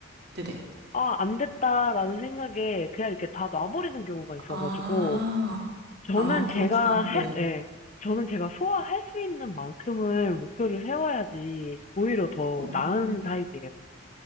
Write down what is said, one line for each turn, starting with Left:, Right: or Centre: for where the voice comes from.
Right: 네네.
Left: 아, 안 됐다라는 생각에 그냥 이렇게 다 놔버리는 경우가 있어가지고,
Right: 아,
Left: 저는
Right: 아, 그렇구나.
Left: 제가 할,
Right: 네네.
Left: 예, 저는 제가 소화할 수 있는 만큼을 목표를 세워야지 오히려 더
Right: 어, 어,
Left: 나은
Right: 어.
Left: 타입이에요.